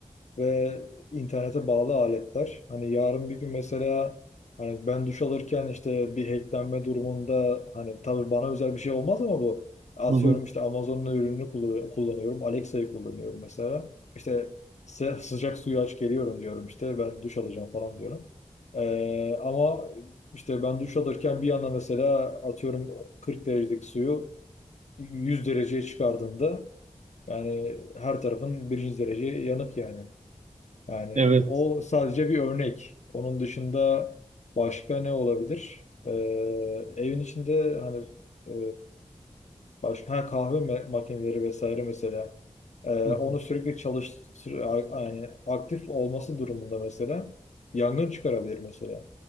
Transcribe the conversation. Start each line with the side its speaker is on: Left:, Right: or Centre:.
Left: ve internete bağlı aletler. Hani yarın bir gün mesela hani ben duş alırken işte bir hacklenme durumunda hani tabii bana özel bir şey olmaz ama bu atıyorum
Right: hı hı,
Left: işte Amazon'un ürününü kullan- kullanıyorum. Alexa'yı kullanıyorum mesela. İşte sı- sıcak suyu aç geliyorum diyorum işte ben duş alacağım falan diyorum. Ee, ama işte ben duş alırken bir yana mesela atıyorum 40 derecelik suyu 100 dereceye çıkardığında yani her tarafın birinci derece yanık yani. Yani
Right: evet.
Left: o sadece bir örnek. Onun dışında başka ne olabilir? Ee, evin içinde hani e, başka ha, kahve me- makineleri vesaire mesela. Ee,
Right: Hı hı,
Left: onu sürekli çalıştır a- yani aktif olması durumunda mesela yangın çıkarabilir mesela.